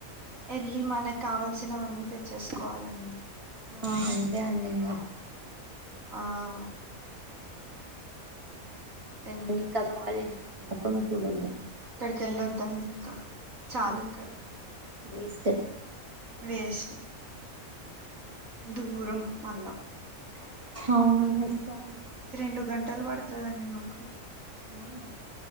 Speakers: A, on the right; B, on the right.
A: వెళ్ళి మనకు కావల్సినవన్నీ తెచ్చేసుకోవాలండి.
B: ఆహ్ అంతే అండి ఇంకా.
A: ఆహ్. వెళ్ళి
B: మల్లికా కాలేజీ ముఖం చూడొద్దు.
A: కెళ్ళొద్దండి ఇంకా చాలు ఇంకా
B: వేస్ట్
A: వేస్ట్. దూరం మల్ల.
B: అవును నీ ఇష్టం.
A: రెండు గంటలు పడుతదండి మాకు.
B: అవునా